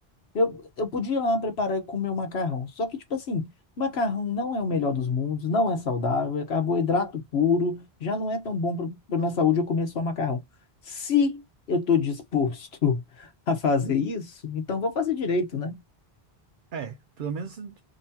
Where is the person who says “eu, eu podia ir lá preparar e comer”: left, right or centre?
Left